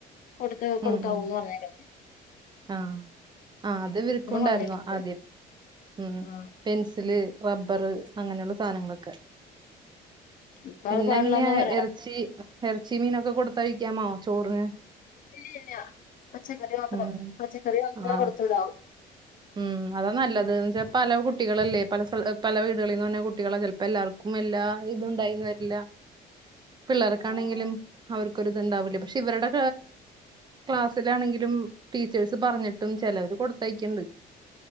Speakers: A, on the left; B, on the right.
A: കൊടുത്ത് കൊടുക്കാവൂന്ന്
B: ഉം ഉം
A: പറഞ്ഞേക്ക..
B: ആ ആ അത് വിൽക്കുണ്ടായിരുന്നു
A: വന്നിട്ടില്ല
B: ആദ്യം ഉം
A: ആ
B: പെൻസില് റബ്ബറ് അങ്ങനെയുള്ള സാധനങ്ങളൊക്കെ
A: ഇപ്പൊ
B: പിന്നെ
A: അത് പാടില്ലാന്ന്
B: എങ്ങനെയാ
A: പറയണ
B: ഇറച്ചി ഇറച്ചി മീനൊക്കെ കൊടു.. തഴിക്കാമോ ചോറിന്
A: <unintelligible> പച്ചക്കറി മാത്രം
B: ഉം
A: പച്ചക്.. ക്കറി യാത്രേ
B: ആഹ്
A: കൊടുത്തുടാവും
B: ഉം അതാ നല്ലത് ന്ന് വച്ചാ പല കുട്ടികളല്ലേ പല സ്ഥല.. പല വീടുകളിൽന്ന് വരുന്ന കുട്ടികളാ ചിലപ്പോ എല്ലാർക്കും എല്ലാ ഇത്ണ്ടായിന്ന് വരില്ല പിള്ളേർക്കാണെങ്കിലും
A: ആഹ്
B: അവർക് ഒരു ഇത്ണ്ടാവില്ലേ പക്ഷെ ഇവരുടെ ക്ലാസ്സിലാണെങ്കിലും ടീച്ചേഴ്സ് പറഞ്ഞിട്ടും ചിലവര് കൊടുത്തയക്കണ്ട്